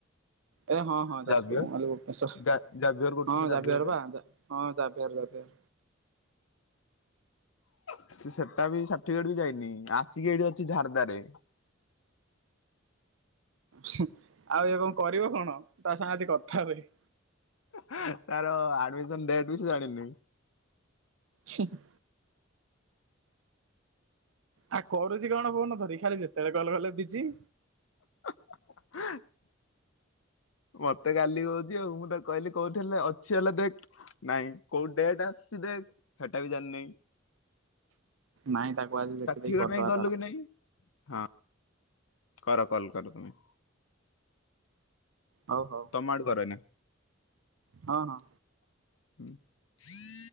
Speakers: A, on the right; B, on the left.
A: ଏ ହଁ, ହଁ, ଯାଜପୁର
B: ଜାଭିୟର
A: ମୁଁ କହିଲି ଭୁବନେଶ୍ଵର
B: ଜା ଜାଭିୟର କରୁଥିଲା
A: ହଁ
B: ଜାଭିୟରରେ।
A: ଯାଭିଅର ବା ହଁ ଜାଭିଅର, ଜାଭିଅର।
B: ସେ ସେଟା ବି ସାଠିଫିକେଟ ବି ଯାଇନି ଆସିକି ଏଇଠି ଅଛି ଝାରଦା ରେ
A: ହୁଁ ଆଉ ଇଏ କଣ କରିବ କଣ ତା ସାଙ୍ଗେ ଆଜି କଥା ହୁଏ।
B: ତାର ଆଡ଼ମିଶନ ଡେଟ ବି ସେ ଜାଣିନି।
A: ଛିଂ ଆଉ କରୁଛି କଣ ଫୋନ ଧରି ଖାଲି ଯେତେବେଳେ କଲ କଲେ ବିଜି।
B: ହେଁ - <unintelligible> ମତେ କାଲି କହୁଛି ଆଉ ମୁଁ ତାକୁ କହିଲି କଉଠିହେଲେ ଅଛି ହେଲା ଦେଖ। ନାଇଁ କୋଉ ଡେଟ ଆସିଛି ଦେଖ ହେଟା ବି ଜାଣିିନି।
A: ନାଇଁ ତାକୁ ଆଜି ଦେଖି
B: ସାର୍ଟିଫିକେଟ
A: ଦେଇକି କରିଦବା
B: ପାଇଁ ଗଲୁ
A: ତାର।
B: କି ନାଇଁ ହଁ କର କଲ କର ତୁମେ।
A: ହଉ ହଉ।
B: ତମ ଆଡୁ କର ଏଇନା।
A: ହଁ ହଁ।
B: <unintelligible>